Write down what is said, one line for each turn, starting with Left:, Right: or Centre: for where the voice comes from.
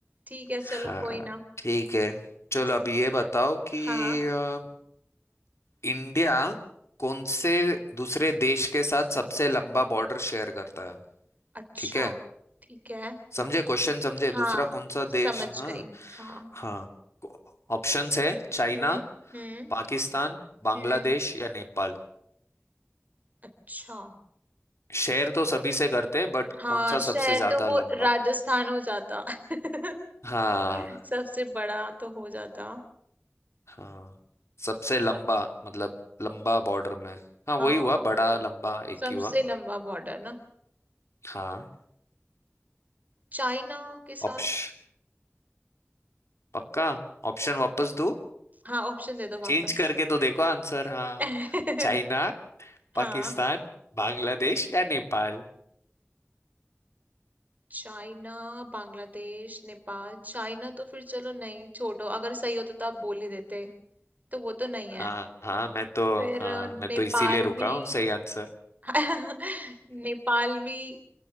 Right: ठीक है चलो
Left: हाँ
Right: कोई ना
Left: ठीक है चलो
Right: जी
Left: अभी ये बताओ कि
Right: हाँ
Left: अ, इंडिया कौन से दूसरे देश के साथ सबसे लंबा बॉर्डर शेयर करता है
Right: अच्छा
Left: ठीक है
Right: ठीक है
Left: समझे क्वेश्चन समझे
Right: हाँ
Left: दूसरा कौन सा देश
Right: समझ
Left: हाँ
Right: गई हाँ
Left: हाँ ऑप्शंस है चाइना
Right: हम्म हम्म
Left: पाकिस्तान बांग्लादेश
Right: हम्म
Left: या नेपाल
Right: अच्छा
Left: शेयर तो सभी से करते हैं बट
Right: हाँ
Left: कौन सा
Right: शहर
Left: सबसे ज्यादा
Right: तो वो
Left: लंबा
Right: राजस्थान हो जाता <laughs>
Left: हाँ
Right: सबसे बड़ा तो हो जाता
Left: हाँ सबसे लंबा
Right: सब
Left: मतलब लंबा बॉर्डर में
Right: हाँ
Left: हाँ वही हुआ बड़ा
Right: मतलब
Left: लंबा एक
Right: सबसे
Left: ही हुआ
Right: लंबा बॉर्डर ना
Left: हाँ
Right: चाइना के साथ
Left: ऑप्श पक्का ऑप्शन वापस दो
Right: हाँ ऑप्शन दे दो
Left: चेंज
Right: वापस
Left: करके तो देखो आंसर हाँ
Right: <laughs>
Left: चाइना
Right: हाँ
Left: पाकिस्तान बांग्लादेश या नेपाल
Right: चाइना बांग्लादेश नेपाल चाइना तो फिर चलो नहीं छोड़ो अगर सही होता तो आप बोल ही देते तो वो तो नहीं है
Left: हाँ हाँ मैं तो
Right: फिर
Left: हाँ
Right: अ,
Left: मैं
Right: नेपाल
Left: तो इसीलिए रुका
Right: भी
Left: हूँ सही आंसर
Right: <laughs> नेपाल भी